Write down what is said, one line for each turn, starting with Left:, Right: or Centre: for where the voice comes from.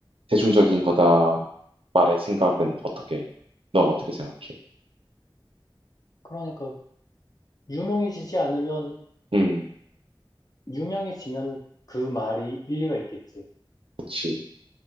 Right: 대중적인 거다 말의 생각은 어떻게, 넌 어떻게 생각해?
Left: 그러니까 유명해지지 않으면,
Right: 음,
Left: 유명해지면 그 말이 일리가 있겠지.
Right: 그치.